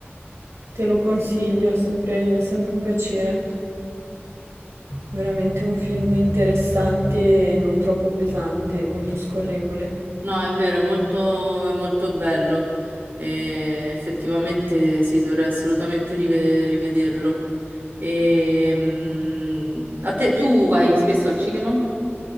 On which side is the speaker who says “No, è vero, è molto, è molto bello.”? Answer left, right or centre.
Right